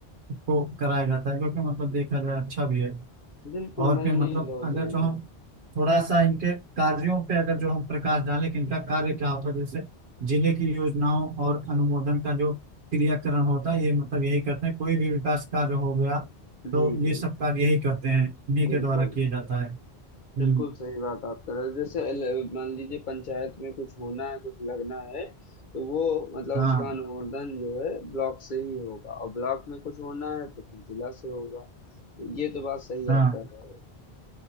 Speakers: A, on the right (about 65°); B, on the left (about 50°).
A: को कराया जाता है जो कि मतलब देखा जाए अच्छा भी है
B: बिल्कुल
A: और
B: नहीं
A: फिर मतलब
B: नहीं बहुत
A: अगर
B: जरूरी
A: जो हम थोड़ा सा इनके कार्यों पे अगर जो हम प्रकाश डालें कि इनका कार्य क्या होता है जैसे जिले की योजनाओं और अनुमोदन का जो क्रियाकरण होता है ये मतलब यही करते हैं कोई भी विकास कार्य हो गया
B: है।
A: तो
B: जी जी
A: ये सब कार्य यही करते हैं इन्हीं
B: बिल्कुल
A: के द्वारा किए जाता है हम्म,
B: बिल्कुल सही बात आप कह रहे हो जैसे ल- मान लीजिए पंचायत में कुछ होना है कुछ लगना है तो वो मतलब
A: हाँ
B: उसका अनुमोदन जो है ब्लॉक से ही होगा और ब्लॉक में कुछ होना है तो फिर जिला से होगा तो ये तो बात सही
A: हाँ
B: आप कह रहे हो